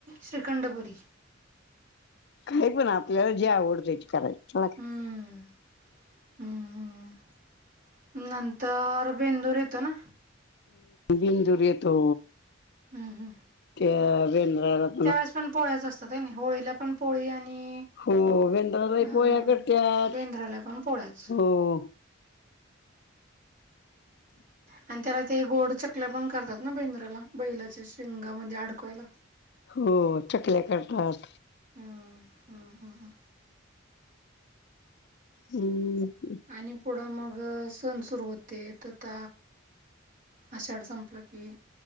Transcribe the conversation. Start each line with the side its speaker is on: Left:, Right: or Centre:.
Right: श्रीखंड, पुरी.
Left: काही पण आपल्याला जे आवडतंय ते करायचं, त्याला काय.
Right: हम्म हम्म हम्म नंतर बेंदूर येतो ना?
Left: बिंदूर येतो.
Right: हम् हम्.
Left: अ बेंदरा <unintelligible>
Right: त्यावेेळेस पण पोळ्याच असतात व्हय नी होळीला पण पोळी आणि
Left: हो बेंद्रालाही
Right: अं
Left: पोळया करत्यात,
Right: बेंद्राला पण पोळ्याच
Left: हो. <inaudible>
Right: आण त्याला ते गोड चकल्या पण करतात ना बेंद्राला बैलाच्या शेंगामध्ये अडकवायला.
Left: हो चकल्या करतात.
Right: हम्म हम्म हम हम.
Left: हम्म.
Right: आणि पुढं मग सण सुरू होतेत <unintelligible> आषाढ संपला की.